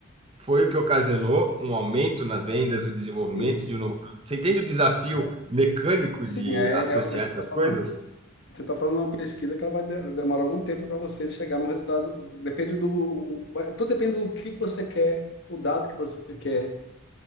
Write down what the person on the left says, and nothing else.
Sim,
é,
sim,
é,
é- você está
falando,
você tá falando uma pesquisa que ela vai de- demorar algum tempo para você chegar num resultado. Depende do, o- o- vai- tudo depende do que que você quer, o dado que você quer